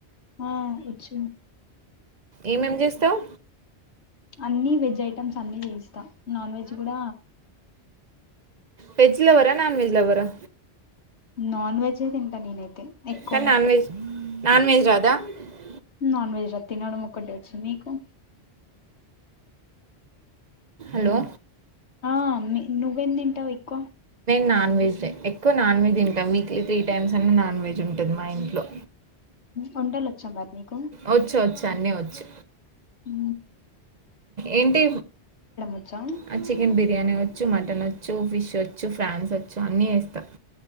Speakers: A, on the left; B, on the right.
A: ఆ ఒచ్చు
B: ఏమేం చేస్తవ్
A: అన్ని వెజ్ ఐటెమ్స్ అన్ని చేస్త నాన్ వెజ్ కూడ
B: వెజ్ లవర్ ఆ నాన్ వెజ్ లవర్ ఆ
A: నాన్ వెజ్ ఎ తింటా నేనైతే ఎక్కువ
B: కానీ
A: మట్టుకు
B: నాన్ వెజ్ <unintelligible>
A: నాన్ వెెజ్ రా తినడం ఒక్కటే వచ్చు మీకు
B: హలో
A: ఆ నువ్వెం తింటావ్ ఎక్కువ
B: నాన్ వెెజ్ ఎక్కువ నాన్ వెెజ్ తింటాం మీకు త్రీ టైమ్స్ అనే నాన్ వెెజ్ ఉంటుంది మా ఇంట్లో
A: వంటలు వచ్చా మరి నీకు
B: వచ్చు వచ్చు అన్ని వచ్చు
A: హు
B: ఏంటి
A: వచ్చా
B: ఆ చికెన్ బిర్యానీ వచ్చు మటన్ వచ్చు ఫిష్ వచ్చు ఫ్రాన్స్ వచ్చు అన్ని చేస్త <inaudible>